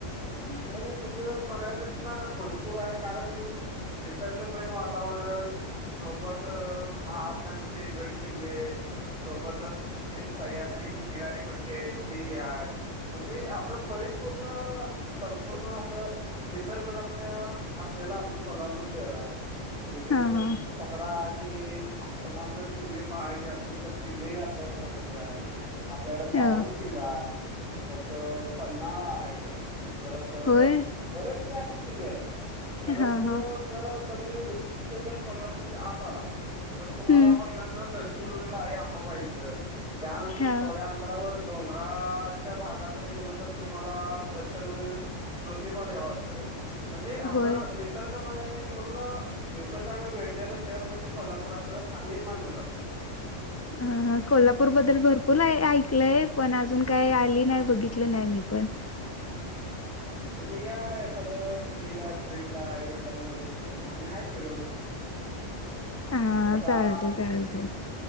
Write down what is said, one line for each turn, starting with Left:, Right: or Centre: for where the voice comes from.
Centre: नाही नाही तस बघायच नुसार भरपूर आहे कारण. निसर्गमय वातावरण सोबत महाराजांचे गड किल्ले. सोबतच जे सह्याद्रीची किनारी पट्टी तेही हाय. म्हणजे असं परिपूर्ण संपूर्ण असं निसर्गरम्य असलेलं आमचं कोल्हापूर शहर आहे. म्हणजे
Left: ह ह
Centre: पकडा कि तुम्हाला जर किल्ले पहायचे असतील तर किल्लेही आपल्याकडे भरपूर आहेत. आपल्याकडे पावनपखिंड
Left: अ
Centre: आहे. परत पन्हाळा आहे परत
Left: होय.
Centre: बरेचचे असे किल्ले आहेत. परंतु
Left: हा हा
Centre: तर तुम्ही विशिष्ट जर कोल्हापूरच्या आत आला तर तुम्हाला
Left: हम्म
Centre: पहिल्यांदा दर्शन देऊळ आहे आई अंबाबाईचं त्यानंतर
Left: हा
Centre: थोड्या. जरावर डोंगराच्या भागाकडे गेलं तर तुम्हाला दर्शन होईल ज्योतिबा देवाचं. म्हणजे असं
Left: होय
Centre: निसर्गमय पूर्ण निसर्गानने वेढलेलं शहर म्हणजे कोल्हापूर असं आम्ही मानलं जात.
Left: हा हा कोल्हापूर बद्दल भरपूर ऐकलंय पण अजून काही आली नाही बघितलं नाही मी पण.
Centre: तुम्ही या एखाद सुट्टीला ट्रिपला आईवडलां वगैरे घेऊन आम्ही आहे फिरवतो तुम्हाला.
Left: हा
Centre: आता.
Left: चालते चालते